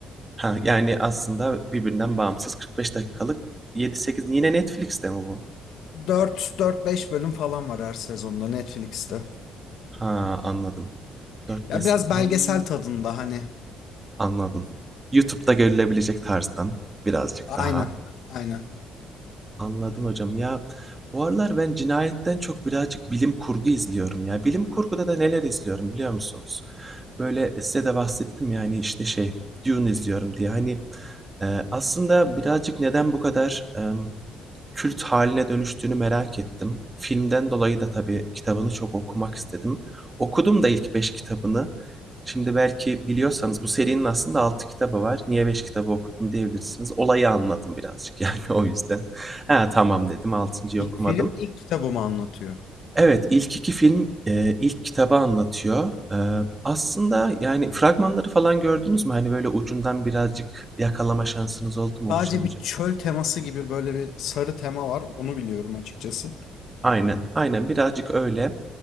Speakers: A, on the right; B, on the left.
A: Ha, yani, aslında birbirinden bağımsız 45 dakikalık 7-8 Yine Netflix'te mi bu?
B: Dört dört beş bölüm falan var her sezonda Netflix'te.
A: Ha, anladım. 4-5
B: Ya
A: sezon
B: biraz belgesel tadında hani.
A: anladım. YouTube'da görülebilecek tarzdan birazcık
B: Aynen.
A: daha.
B: Aynen.
A: Anladım hocam. Ya bu aralar ben cinayetten çok birazcık bilim kurgu izliyorum ya. Bilim kurguda da neler izliyorum biliyor musunuz? Böyle e, size de bahsettim yani işte şey Dune izliyorum diye. Hani e, aslında birazcık neden bu kadar e, kült haline dönüştüğünü merak ettim. Filmden dolayı da tabii kitabını çok okumak istedim. Okudum da ilk 5 kitabını. Şimdi belki biliyorsanız bu serinin aslında 6 kitabı var. Niye 5 kitabı okudun diyebilirsiniz. Olayı anladım birazcık <laughs> yani o yüzden. Ha, tamam dedim. altıncı'yı
B: İlk
A: okumadım.
B: film ilk kitabımı anlatıyor.
A: Evet, ilk 2 film, eee, ilk kitabı anlatıyor. Eee, aslında yani fragmanları falan gördünüz mü? Hani böyle ucundan birazcık yakalama şansınız oldu mu Oluşan
B: Sadece
A: hocam?
B: bir çöl teması gibi böyle bir sarı tema var. Onu biliyorum açıkçası.
A: Aynen, aynen birazcık öyle.